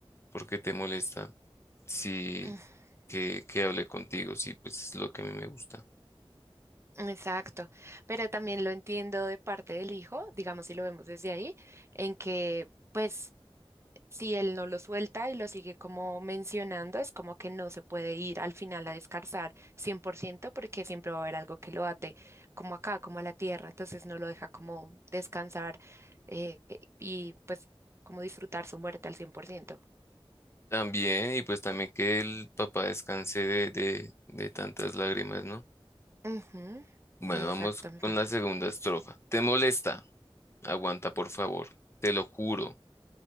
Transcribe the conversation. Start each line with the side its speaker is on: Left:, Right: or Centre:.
Left: ¿Por qué te molesta? Sí,
Right: <clears throat>
Left: que, que hable contigo, sí, pues es lo que a mí me gusta.
Right: Exacto, pero también lo entiendo de parte del hijo, digamos si lo vemos desde ahí, en que pues si él no lo suelta y lo sigue como mencionando, es como que no se puede ir al final a descansar 100% porque siempre va a haber algo que lo ate, como acá, como a la tierra, entonces no lo deja como descansar eh, y pues como disfrutar su muerte al 100%.
Left: También, y pues también que el papá descanse de, de, de tantas lágrimas, ¿no?
Right: Ujú,
Left: Bueno,
Right: exactamente.
Left: vamos con la segunda estrofa. ¿Te molesta? Aguanta, por favor. Te lo juro,